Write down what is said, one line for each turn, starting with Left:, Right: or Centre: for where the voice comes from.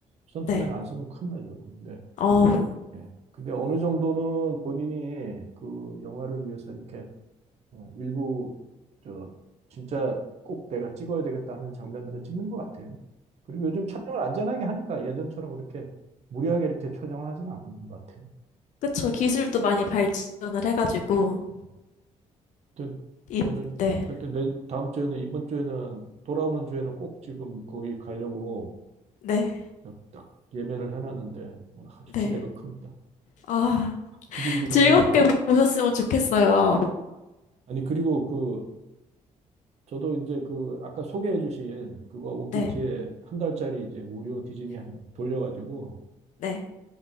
Right: 스턴트맨
Left: 네.
Right: 안 쓰면 큰일 나죠. 근데
Left: 어,
Right: 예, 근데 어느 정도는 본인이 그 영화를 위해서 이렇게 어, 일부 저 진짜 꼭 내가 찍어야 되겠다 하는 장면들은 찍는 것 같아요. 그리고 요즘 촬영을 안전하게 하니까 예전처럼 그렇게 무리하게 이렇게 촬영을 하지는 않는 것 같아요.
Left: 그쵸. 기술도 많이 발전을 해가지고.
Right: 음. 하여튼
Left: 임,
Right: 저는
Left: 네.
Right: 하여튼 내 다음 주에는 이번 주에는 돌아오는 주에는 꼭 지금 거기 가려고
Left: 네.
Right: 딱, 딱 예매를 해놨는데 어, 아주
Left: 네.
Right: 기대가 큽니다.
Left: 아,
Right: 두근두근해요.
Left: 즐겁게 보셨으면 좋겠어요.
Right: 아니 그리고 그 저도 이제 그 아까 소개해주신 그거 OTT에
Left: 네.
Right: 한 달짜리 이제 무료 디즈니 한번 돌려가지고
Left: 네.